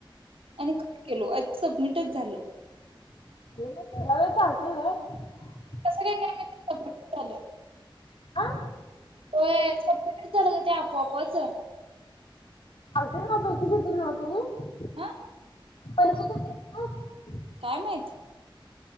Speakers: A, on the right; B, on the left.
A: आणि का केलो सबमिटच झालं
B: रायेतगतेव
A: काय का स चाल
B: आा
A: होय सटच झालं ते आपोआपच
B: ते कती दिल तुम्ही
A: हा
B: <inaudible>
A: काय माहत